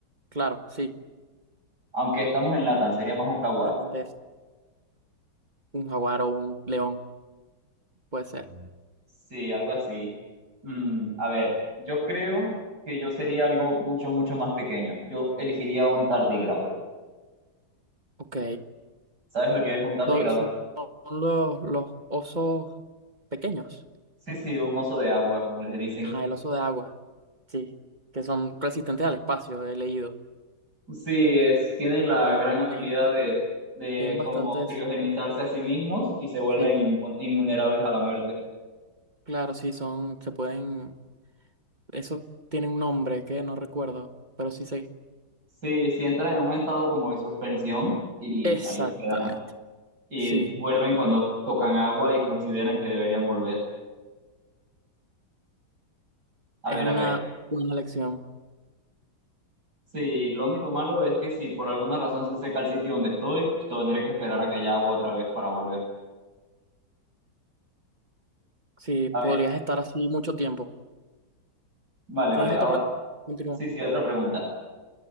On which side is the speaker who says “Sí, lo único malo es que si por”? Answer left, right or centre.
Right